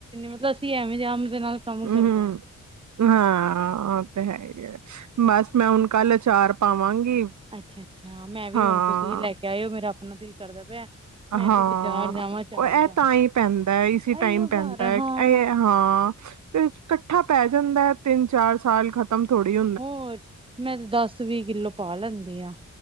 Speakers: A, on the right; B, on the right.
A: ਮਤਲਬ ਅਸੀਂ ਐਵੇਂ ਜਾਨ ਦੇ ਨਾਲ ਕੰਮ
B: ਅਹਹਹਹ।
A: ਕਰਦੇ ਹਾਂ
B: ਹਾਂਅਅ ਔ ਤੇ ਹੈ ਹੀ ਹੈ ਬਸ ਮੈਂ ਹੁਣ ਕੱਲ ਅਚਾਰ ਪਾਵਾਂਗੀ।
A: ਅੱਛਾ -ਅੱਛਾ ਮੈਂ ਵੀ
B: ਹਾਂ
A: ਹੁਣ ਤੁਸੀਂ ਲੈ ਕੇ ਆਏ ਹੋ, ਮੇਰਾ ਆਪਣਾ ਦਿਲ ਕਰਦਾ ਪਿਆ।
B: ਹਾਂਅਅ,
A: ਮੈਂ ਵੀ ਬਾਜ਼ਾਰ ਜਾਵਾਂ ਚਾਰ
B: ਔਹ ਏ
A: ਲਿਆਵਾਂ
B: ਤਾਂ ਈ ਪੈਂਦਾ ਇਸੀ
A: ਇਹੀਓ
B: ਟਾਈਮ
A: ਭਾਰ
B: ਪੈਂਦਾ ਹੈ
A: ਹਾਂ
B: ਇਹ ਹਾਂ, ਤੇ ਇਕੱਠਾ ਪੈ ਜਾਂਦਾ ਹੈ ਤਿੰਨ ਚਾਰ ਸਾਲ <unintelligible> ਥੜੀ
A: ਹੋਰ ਮੈਂ ਤੇ ਦਸ ਵੀਹ ਕਿੱਲੋ ਪਾ ਲੈਂਦੀ ਹਾਂ।